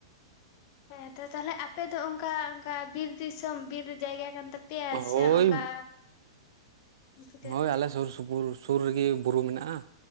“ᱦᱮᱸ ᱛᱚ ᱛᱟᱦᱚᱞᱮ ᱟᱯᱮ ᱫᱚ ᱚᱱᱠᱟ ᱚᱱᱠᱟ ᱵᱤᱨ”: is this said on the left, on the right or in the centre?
Left